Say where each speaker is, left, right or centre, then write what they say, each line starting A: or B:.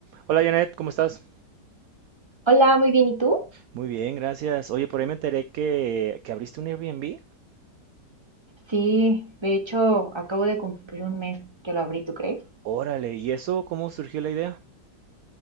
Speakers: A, on the right; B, on the right.
A: Hola Janet, ¿cómo estás?
B: Hola, muy bien, ¿y tú?
A: Muy bien, gracias. Oye, por ahí me enteré que, que abriste un Airbnb.
B: Sí, de hecho, acabo de cumplir un mes que lo abrí, ¿tú crees?
A: Órale, ¿y eso cómo surgió la idea?